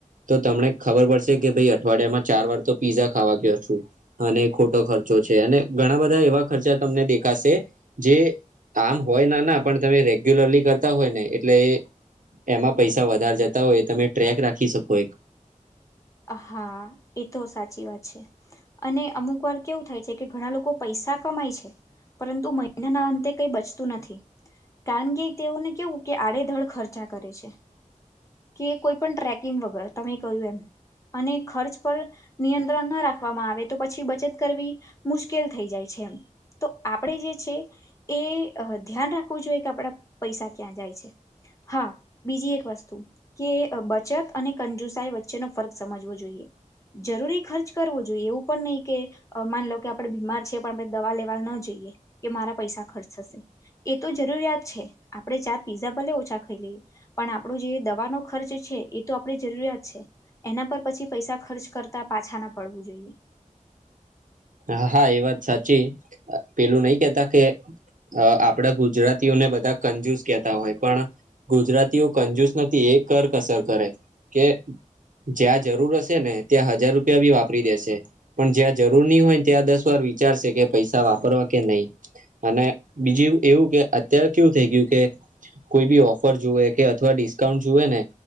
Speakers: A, on the right (about 75°); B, on the left (about 25°).
A: તો તમને ખબર પડશે કે ભાઈ અઠવાડિયામાં ચાર વાર તો પીઝા ખાવા ગયો છું. અને ખોટો ખર્ચો છે અને ઘણા બધા એવા ખર્ચા તમને દેખાશે જે આમ હોય ના ના પણ તમે રેગ્યુલરલી કરતા હોય ને એટલે એમાં પૈસા વધારે જતા હોય તમે ટ્રેક રાખી શકો એક
B: હા એ તો સાચી વાત છે અને અમુક વાર કેવું થાય છે કે ઘણા લોકો પૈસા કમાય છે પરંતુ મહિનાના અંતે કઈ બચતું નથી કારણ કે તેઓને કેવું કે આડેધડ ખર્ચા કરે છે કે કોઈ પણ ટ્રેકિંગ વગર તમે કહું એમ અને ખર્ચ પર નિયંત્રણ ના રાખવામાં આવે તો પછી બચત કરવી મુશ્કેલ થઈ જાય છે એમ. તો આપણે જે છે એ ધ્યાન રાખવું જોઈએ કે આપડા પૈસા ક્યાં જાય છે હા બીજી એક વસ્તુ કે બચત અને કંજુસાઈ વચ્ચેનો ફરક સમજવું જોઈએ જરૂરી ખર્ચ કરવો જોઈએ એવું પણ નહીં કે માનલો કે આપણેે બીમાર છેએ પણ આપણે દવા લેવા ના જઈએ કે મારા પૈસા ખર્ચ થશે એ તો જરૂરિયાત છે આપડે ચાર પીઝા ભલે ઓછા ખાઈ લઈએ પણ આપણો જે દવાનો ખર્ચ છે એ તો આપણેે જરૂરિયાત છે એના પર પછી પૈસા ખર્ચ કરતા પાછા ના પડવું જોઈએ
A: હા હા એ વાત સાચી પેલું નહી કેતા કે અ આપણા ગુજરાતીઓને બધા કંજુઝ કહેતા હોય પણ ગુજરાતીઓ કંજુસ નથી એ કરકસર કરે કે જ્યાં જરૂર હશે ને ત્યાં હજાર રૂપિયા ભી વાપરી દેશે પણ જ્યાં જરૂર હોય ત્યાં દસ વાર વિચારશે કે પૈસા વાપરવા કે નહી અને બીજું એવું કે અત્યારે કેવું થઇ ગયું કે કોઈ ભી ઓફર જુએ કે અથવા ડિસ્કાઉન્ટ જુએ ને